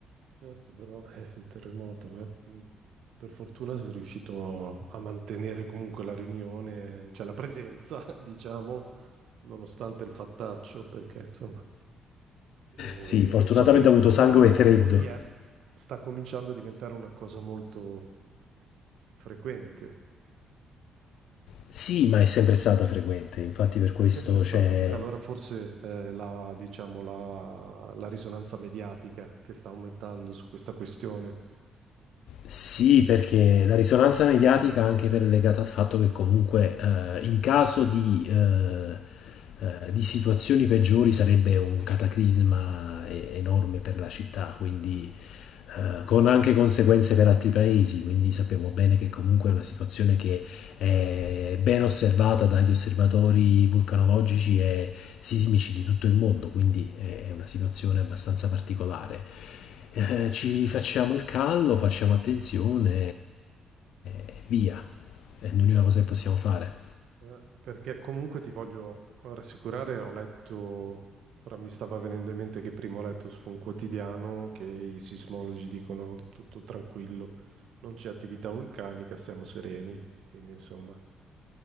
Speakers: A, on the right (about 75°); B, on the left (about 75°).
A: Certo, però <laughs> è un terremoto. eh. Mm. Per fortuna sono riuscito a mantenere comunque la riunione, cioè la presenza, <laughs> diciamo, nonostante il fattaccio, perché insomma, eh,
B: Sì, fortunatamente
A: so che in quella
B: ha avuto sangue
A: zona
B: freddo.
A: eh, poi è- sta cominciando a diventare una cosa molto frequente.
B: Sì, ma è sempre stata frequente, infatti per
A: È
B: questo
A: sempre stato
B: c'è...
A: così. Allora forse eh, la, diciamo, la la risonanza mediatica che sta aumentando su questa questione.
B: Sì, perché la risonanza mediatica anche per legata al fatto che comunque eh, in caso di, eh, eh, di situazioni peggiori sarebbe un cataclisma e- enorme per la città, quindi eh, con anche conseguenze per altri paesi, quindi sappiamo bene che comunque è una situazione che è ben osservata dagli osservatori vulcanologici e sismici di tutto il mondo, quindi è una situazione abbastanza particolare. Eh, ci facciamo il callo, facciamo attenzione e via. È l'unica cosa che possiamo fare.
A: Eh, Perché comunque ti voglio rassicurare, ho letto, ora mi stava venendo in mente che prima ho letto su un quotidiano che i sismologi dicono tutto tranquillo, non c'è attività vulcanica, siamo sereni, quindi insomma